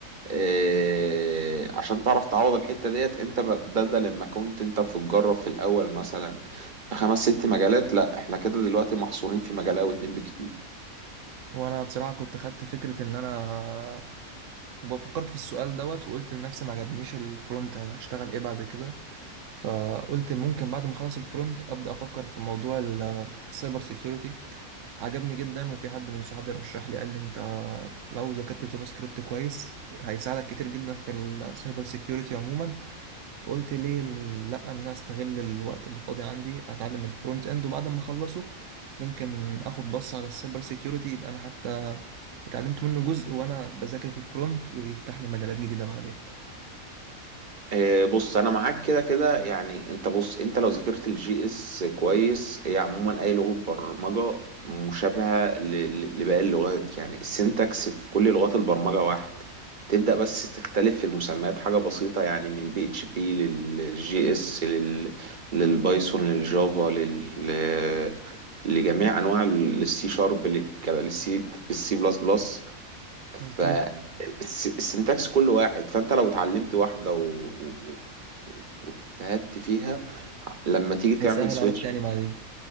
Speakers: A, on the right; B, on the right.
A: إيه عشان تعرف تعوض الحته ديت انت بدل لما كنت انت بتجرب في الاول مثلا في خمس ست مجالات لا احنا كده دلوقتي محصورين في مجال او اتنين بكتير
B: وانا بصراحة كنت خدت فكرة ان انا وفكرت في السؤال دوت وقلت لنفسي ما عجبنيش الفرونت هشتغل ايه بعد كده فقلت ممكن بعد ما اخلص الفرونت ابدا افكر في موضوع ال- السايبر سيكيورتي عجبني جدا وفي حد من صحابي رشح لي قال لي انت لو ذاكرت الجافا سكريبت كويس هيساعدك كتير جدا في السايبر سيكيورتي عموما فقلت ليه لا ان انا استغل الوقت اللي فاضي عندي اتعلم الفرونت اند وبعد ما اخلصه ممكن اخد بص على السايبر سيكيورتي يبقى انا حتى اتعلمت منه جزء وانا بذاكر في الفرونت ويفتح لي مجالات جديدة بعدين
A: آه، بص انا معاك كده كده يعني انت بص انت لو ذاكرت الجي اس كويس هي عموما اي لغه برمجه مشابهه ل- ل- لباقي اللغات يعني السنتكس في كل لغات البرمجه واحد تبدا بس تختلف في المسميات حاجه بسيطه يعني من البي اتش بي للجي اس لل للبايثون للجافا لل لجميع انواع السي شارب للسي للسي بلس بلس فالسنتاكس
B: مظبوط
A: كل واحد فانت لو اتعلمت واحده و... و... و- واجتهدت فيها لما تيجي تعمل
B: هيسهل
A: سويتش
B: عليك تاني بعدين